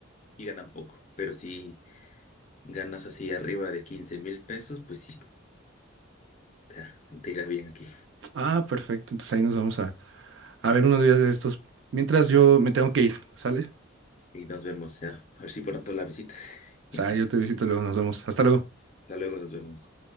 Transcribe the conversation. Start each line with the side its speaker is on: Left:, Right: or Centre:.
Left: y ganan poco. Pero si ganas así arriba de quince mil pesos, pues sí, te, te irá bien aquí.
Right: Ah, perfecto, entonces ahí nos vamos a A ver, unos días de estos. Mientras yo me tengo que ir, ¿sale?
Left: Y nos vemos ya. A ver si pronto la visitas.
Right: O
Left: <laughs>
Right: sea, yo te visito luego, nos vemos. Hasta luego.
Left: Hasta luego, nos vemos.